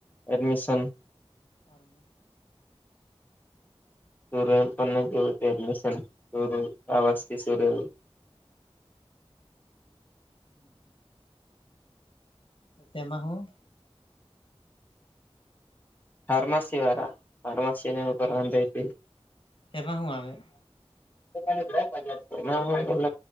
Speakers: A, on the left; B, on the left.
A: એડમિશન
B: કરમ છે.
A: સૂરન પને જો એડમિશન શૂર આવાર્સથી સૂર્યવ
B: હમ હમ સ તેમાં હું.
A: ફાર્મસી વારા ફાર્મસી નવ કરવંત હતી
B: તેમાં હું આવે આવે.
A: હ પ